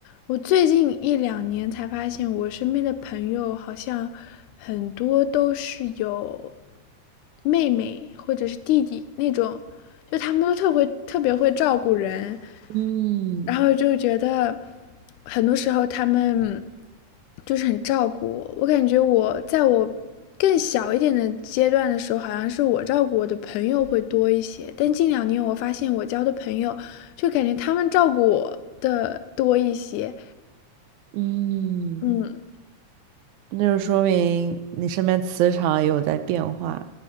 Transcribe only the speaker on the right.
嗯
嗯，
那就说明你身边磁场也有在变化。